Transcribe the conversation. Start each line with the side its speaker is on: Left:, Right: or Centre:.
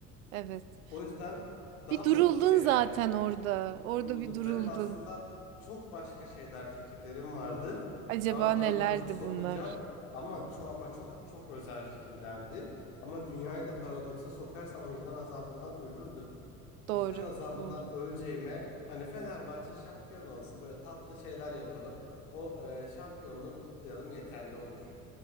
Right: Evet.
Left: O yüzden daha
Right: Bir duruldun
Left: basit şeyler
Right: zaten
Left: yapmaya
Right: orada.
Left: çalıştım.
Right: Orada
Left: Duruldum.
Right: bir duruldun.
Left: Benim aslında çok başka şeyler fikirlerim vardı
Right: Acaba
Left: ama paradoksa
Right: nelerdi
Left: sokacağım
Right: bunlar?
Left: ama çok ama çok çok özel fikirlerdi. Ama dünyayı da paradoksa sokarsam vicdan azabından ölürdüm.
Right: Doğru.
Left: Vicdan azabından
Right: Doğru.
Left: öleceğime hani Fenerbahçe şampiyon olsun böyle tatlı şeyler yapalım. O e, şampiyonluğu kutlayalım yeterli olur.